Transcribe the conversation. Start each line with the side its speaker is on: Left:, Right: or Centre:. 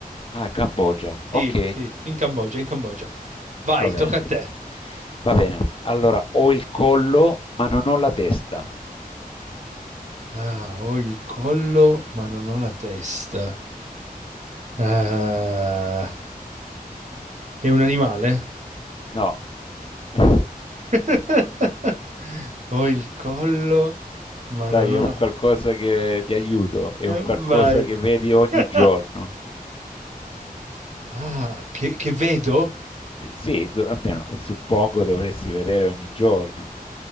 Left: Ah, Cambogia,
Right: Sì,
Left: ok.
Right: sì, in Cambogia, in Cambogia. Vai,
Left: Va
Right: tocca
Left: bene,
Right: a te.
Left: va bene. Allora, ho il collo, ma non ho la testa.
Right: Ah, ho il collo, ma non ho la testa. Ah, è un animale?
Left: No. <laughs>
Right: <laughs> Ho il collo, ma
Left: Dai,
Right: non ho
Left: è un
Right: la...
Left: qualcosa che ti aiuto, è
Right: Eh,
Left: un qualcosa
Right: Vai.
Left: che vedi ogni
Right: <laughs>
Left: giorno.
Right: Ah, che, che vedo?
Left: Eh, Sì, do- almeno suppongo dovresti vedere ogni giorno.